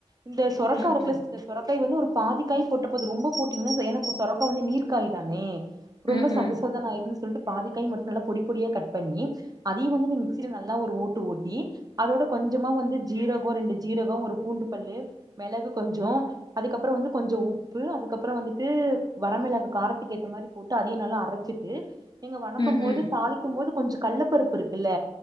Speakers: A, on the right (about 30°); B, on the left (about 35°).
A: இந்த சொரக்கா
B: ம்
A: இருக்குல
B: ம்
A: சிஸ்டர் சொரக்காய வந்து ஒரு பாதிக்காய் போட்ட போது ரொம்ப போட்டீங்கன்னா எனக்கு சொரக்கா வந்து நீர்க் காய் தானே ரொம்ப
B: ம்
A: சதசதன்னு
B: ம்
A: ஆயினு சொல்ட்டு பாதிக்காய் மட்டு நல்லா பொடி பொடியா கட் பண்ணி அதயு வந்து நீங்க மிக்சியில நல்லா ஒரு ஓட்டு ஓட்டி அதோட கொஞ்சமா வந்து ஜீரகோ ரெண்டு ஜீரகோ ஒரு பூண்டு பல்லு மெளகு கொஞ்சோ அதுக்கப்பறோ வந்து கொஞ்சோ உப்பு அதுக்கபறோ வந்து ட்டு வரமிளக காரத்துக்கேத்த மாரி போட்டு அதயு நல்லா அரச்சிட்டு நீங்க வணக்கு
B: ம்
A: போது
B: ம்
A: தாளி இருக்கும் போது கொஞ்சோ கள்ளப் பருப்பு இருக்குல்ல